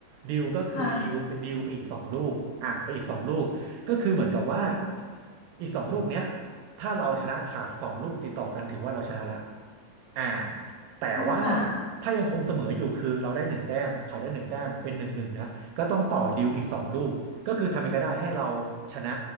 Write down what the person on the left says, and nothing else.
ค่ะ
อ๋อค่ะ